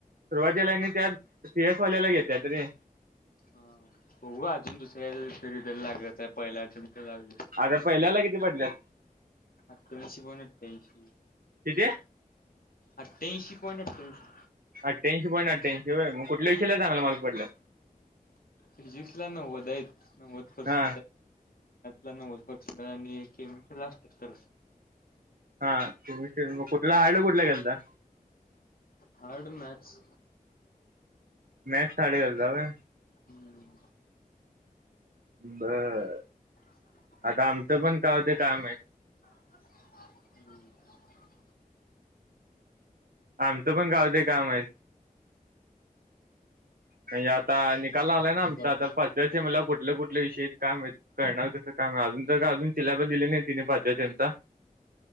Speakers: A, on the right; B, on the left.
A: सुरुवातीला आणि त्यात सी एस वाल्याला घेत्यात रे
B: हा बघू अजून दुसऱ्या सेमीस्टर रिझल्ट लागत तर पहिल्या सेमीस्टर तर लागल
A: आता पहिल्याला किती पडल्यात?
B: अठ्ठ्याईंशी पॉईंट अठठ्याऐंशी
A: किती
B: अठ्ठ्याऐंशी पॉइंट अठ्ठ्याऐंशी
A: अठ्ठ्याईंशी पॉईंट अठ्ठ्याईंशी होय. मग कुठल्या विषयाला चांगला मार्क पडलं?
B: फिजिक्स ला नव्वद आहेत नव्वद <unintelligible> आहेत. मॅथ्स
A: हा
B: नव्वद पर्सेंट आहेत आणि केमिस्ट्री ला असतील
A: हा तुमी ते मग कुठला हार्ड कुठला गेलता?
B: हार्ड मॅथ्स
A: मॅथ्स हार्ड गेलता होय.
B: हम्म
A: बर
B: <inaudible>
A: आता आमचं पण काय होत काय माहित.
B: हम्म
A: आमचं पण गाव ते काम आहेत. म्हणजे आता निकाल आलाय ना आमचा
B: बघू आता
A: पा ज्याचे मला कुठल्या कुठल्या विषयी आहेत काय माहित करणार तसं काम अजून तर का अजून सिलॅबस दिले नाही तिने पाचव्या सीमचा